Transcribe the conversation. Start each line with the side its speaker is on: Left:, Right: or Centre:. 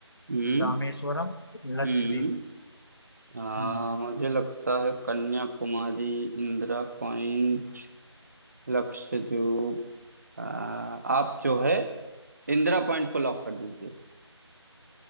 Right: हम्म
Left: रामेश्वरम लक्षद्वीप
Right: हम्म आ,
Left: हम्म,
Right: मुझे लगता है कन्याकुमारी इंदिरा पॉइंट लक्षद्वीप आ, आप जो है इंदिरा पॉइंट को लॉक कर दीजिए